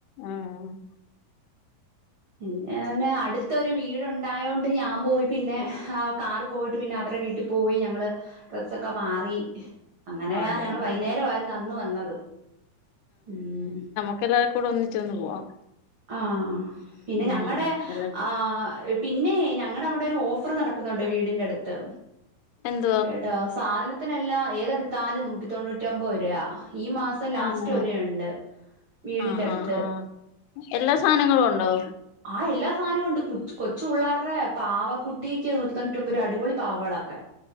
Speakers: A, on the left; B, on the right.
A: ഉം ഉം
B: പിന്നേനെ അടു ത്തൊരു വീടുണ്ടായോണ്ട് ഞാൻ പോയി പിന്നെ കാറ് പോയിട്ട് പിന്നെ അവരുടെ വീട്ടി പോയി ഞങ്ങള് ഡ്രസ്സൊക്കെ മാറി. അങ്ങനെയ
A: മാറിയോ
B: ഞങ്ങള് വൈന്നേരവായിര്ന്ന് അന്ന് വന്നത് ഉം.
A: ക്കെല്ലാവർക്കൂടെ ഒന്നിച്ചൊന്ന് പോവാം.
B: ആഹ് പിന്നെ
A: ഉം
B: ഞങ്ങടെ
A: ഒരു
B: ആഹ് പിന്നേയ് ഞങ്ങടെവടെ ഒരു ഓഫർ നട ക്കുന്നുണ്ട് വീടിന്റെടുത്ത്.
A: എന്
B: ഏട്ടോ സാധനത്തിനെല്ലാം ഏതെടുത്താലും നൂറ്റി തൊണ്ണൂറ്റൊമ്പത് രൂപ ഈ മാസം ലാസ്റ്റ്
A: ആന്നോ
B: റ്റുവരെണ്ട് വീടിന്റെടുത്ത്.
A: ആഹ് ആഹ് ആഹ് എല്ലാ സാനങ്ങളുണ്ടോ?
B: ആഹ് എല്ലാ സാനുണ്ട് കൊച്ചു പിള്ളേറെ പാവക്കുട്ടീക്ക് നൂറ്റി തൊണൂറ്റിമ്പത് രൂപാ അടിപൊളി പാവകളൊക്കെ.